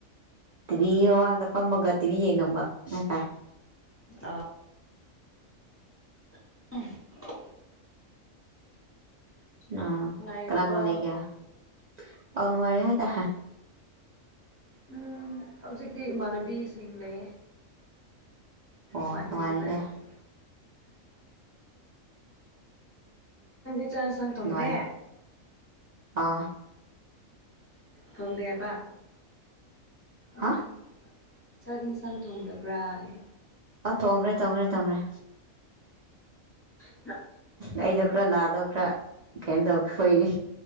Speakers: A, on the right (about 65°); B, on the left (about 15°).
A: ꯇꯤꯚꯤ ꯃꯃꯥꯡꯗ ꯐꯝꯃꯒ ꯇꯤꯚꯤ ꯌꯦꯡꯉꯝꯃꯒ ꯎ
B: ꯑꯥ ꯎ
A: ꯑ
B: ꯅꯨꯡꯉꯥꯏꯔꯤꯕꯣ
A: ꯀꯅꯥ ꯀꯅꯥ ꯂꯩꯒꯦ ꯑꯥꯎꯅꯉꯔ ꯍꯥꯏ ꯇ
B: ꯎꯝ ꯍꯧꯖꯤꯛꯇꯤ ꯏꯃꯥꯟꯅꯕꯤꯁꯤꯡ ꯂꯩ
A: ꯑꯣ
B: ꯃꯟꯤ
A: ꯅꯨꯡꯉꯥꯏꯔꯦꯅꯦ
B: ꯐ ꯂꯩꯦ ꯆꯥꯛ ꯌꯦꯟꯁꯥꯡ ꯊꯣꯡꯗꯦ
A: ꯅꯨꯡꯥꯏ ꯑ
B: ꯊꯣꯡꯗꯦꯕ ꯎꯝ
A: ꯍꯥ
B: ꯆꯥꯛ ꯌꯦꯟꯁꯥꯡ ꯊꯣꯡꯗꯕ꯭ꯔꯥ ꯍꯥꯏ
A: ꯑ ꯇꯣꯡ꯭ꯔꯦ ꯇꯣꯡ꯭ꯔꯦ ꯇꯣꯡ꯭ꯔꯦ
B: ꯑ
A: ꯑꯩꯗꯀ꯭ꯔ ꯅꯗꯈ꯭ꯔ ꯀꯗꯣꯏ